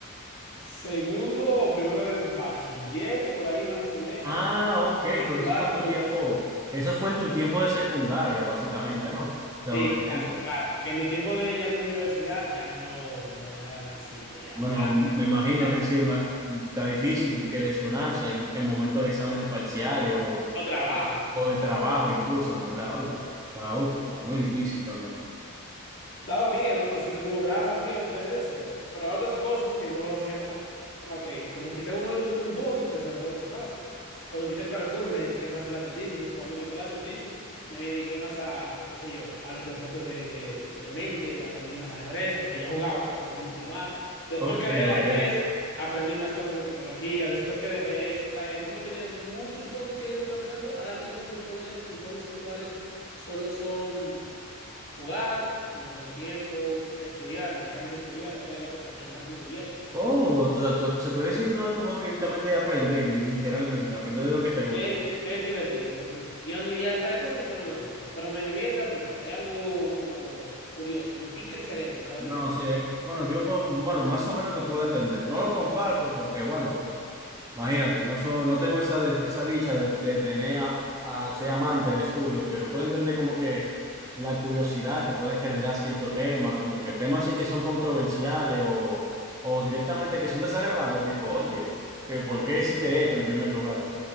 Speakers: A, on the left; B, on the right.
A: segundo o primero de bachiller, por ahí más o menos,
B: Ah,
A: como
B: ok, pero
A: cuarto
B: eso fue en tu tiempo,
A: de bachiller.
B: eso fue en tu tiempo de secundaria, básicamente, ¿no? De adolescencia.
A: Sí, claro, claro. Que en mi tiempo de ya de universidad ya no, no, no era tan simple, ya,
B: Bueno,
A: ya,
B: me imagino
A: ya
B: que sí, ma- está difícil que lesionarse en, en momentos de exámenes parciales o,
A: tengo trabajo.
B: o de trabajo incluso, en verdad. Oye, está, uf, está muy difícil realmente.
A: daba miedo, así que como me daba más miedo, dejé de hacerlo. Pero hay otras cosas que yo hacía más, la que como quité uno de los- un hobby, empecé a hacer otros más. Cuando quité el parkour me dediqué más al atletismo. Cuando quité el atletismo me dediqué más a, qué sé yo, a los deportes de, de, de mente. Aprendí más ajedrez, aunque ya jugaba, aprendí mucho más. Después
B: Ok,
A: que dejé el ajedrez,
B: ok.
A: aprendí más cosas de tecnología. Después que dejé eso, o sea, he como tenido muchos hobbies que he ido cambiando. Ahora mismo mis jóvenes, mis hobbies actuales solo son... Jugar cuando tengo tiempo, estudiar, me encanta estudiar, es una de las cosas que más me divierte, aunque
B: Oh,
A: suene-
B: o sea, tú- se puede decir que uno de tus hobbies directamente es aprender, literalmente, aprender de lo que te gusta,
A: es,
B: ¿no?
A: di- es divertido, me es divertido. Y aún diría hasta de cosas que no me gustan, pero me divierte aprender, es algo como curioso, me pica el cerebro cada
B: No,
A: vez que aprendo.
B: sí, eh, bueno, yo, puedo- bueno, más o menos te puedo entender. No lo comparto porque, bueno, Imagínate, no, so- no tengo esa, de- esa dicha de, de tener a, a ser amante del estudio, pero puedo entender como que la curiosidad que pueden generar cierto tema, como que temas sí que son controversiales o, o directamente que son desagradables, tipo, oye, que ¿por qué hiciste esto en primer lugar?